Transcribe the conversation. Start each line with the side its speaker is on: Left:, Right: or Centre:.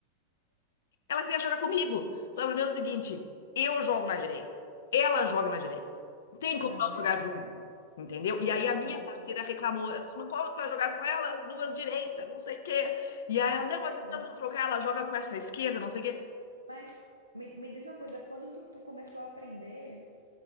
Left: Ela queria jogar comigo. Só que o problema é o seguinte: eu jogo na direita, ela joga na direita. Não tem
Right: Ah,
Left: como
Right: não,
Left: nós
Right: não ia
Left: jogar
Right: dar
Left: junto.
Right: certo,
Left: Entendeu? E aí a
Right: não
Left: minha
Right: ia dar
Left: parceira
Right: certo,
Left: reclamou. Ela disse, mas como tu vai jogar com ela? Duas direitas, não sei o quê. E aí ela,
Right: não
Left: não,
Right: tinha
Left: mas então
Right: como.
Left: vamos trocar, ela joga com essa esquerda, não sei o quê.
Right: Mas me, me diz uma coisa, quando tu, tu começou a aprender...